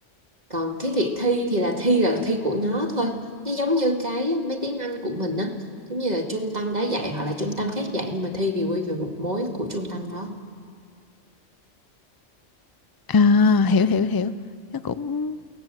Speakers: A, on the right; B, on the left.
A: còn cái việc thi thì là thi là thi của nó thôi nó giống như cái mấy tiếng Anh của mình á giống như là trung tâm đã dạy hoặc là trung tâm khác dạy nhưng mà thi thì quy về một mối của trung tâm đó
B: À, hiểu hiểu hiểu. Nó cũng